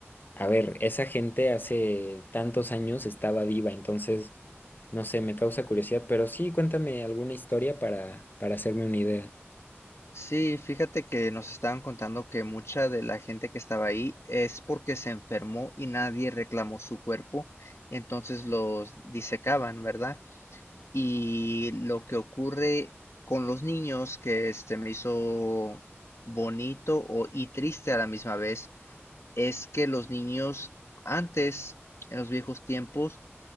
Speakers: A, on the left; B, on the left.
A: a ver, esa gente hace tantos años estaba viva, entonces, no sé, me causa curiosidad, pero sí, cuéntame alguna historia para, para hacerme una idea.
B: Sí, fíjate que nos estaban contando que mucha de la gente que estaba ahí es porque se enfermó y nadie reclamó su cuerpo, entonces los disecaban, ¿verdad? Y lo que ocurre con los niños, que se me hizo bonito o- y triste a la misma vez, es que los niños antes, en los viejos tiempos,